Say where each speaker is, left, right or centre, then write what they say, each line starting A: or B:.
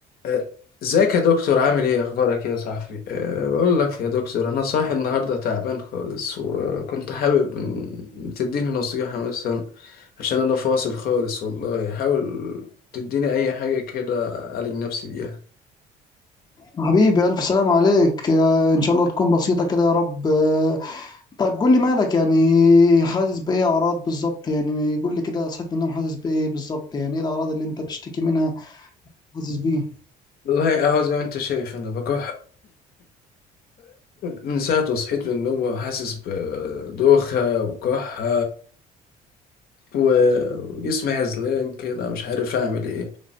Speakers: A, on the left; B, on the left.
A: آه، ازيك يا دكتور عامل ايه اخبارك ايه يا صاحبي أه بقول لك يا دكتور انا صاحي النهارده تعبان خالص وكنت حابب ان تديني نصيحة مثلا عشان انا فاصل خالص والله حاول تديني اي حاجة كده اعالج نفسي بيها
B: حبيبي ألف سلام عليك آه، إن شاء الله تكون بسيطة كده يا رب آه، طيب قول لي مالك يعني حاسس بإيه أعراض بالظبط يعني قول لي كده صحيت من النوم حاسس بإيه بالظبط يعني إيه الأعراض اللي أنت بتشتكي منها حاسس بإيه
A: والله اهو زي ما انت شايف انا بكح <coughs> من ساعة ما صحيت من النوم وحاسس بدوخة وكحة و- وجسمي هزلان كده مش عارف اعمل ايه